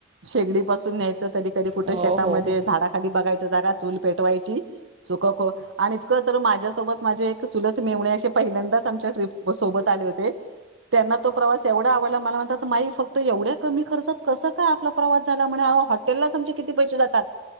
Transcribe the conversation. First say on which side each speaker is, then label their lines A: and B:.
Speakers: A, on the right (about 80°); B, on the right (about 30°).
A: शेगडी पासून न्यायचं, कधी कधी कुठ
B: हो
A: शेतामध्ये
B: हो हो
A: झाडाखाली बघायच, जागा चूल पेटवायची सुख खो आणि इतकं तर माझ्यासोबत माझे चूलत मेव्हणे, असे पहिल्यांदाच आमच्या ट्रीप सोबत आले होते. त्यांना तो प्रवास एवढा आवडला मला म्हणतात, माई फक्त एवढ्या कमी खर्चात कस काय आपला प्रवास झाला म्हने आओ? हॉटेल लाच आमचे किती पैसे जातात?